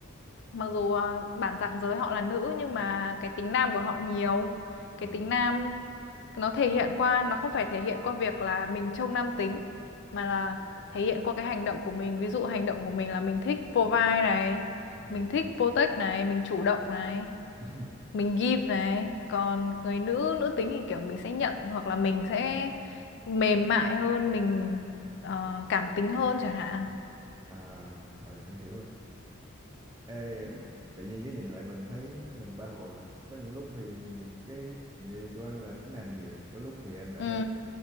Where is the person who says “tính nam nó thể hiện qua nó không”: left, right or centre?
Left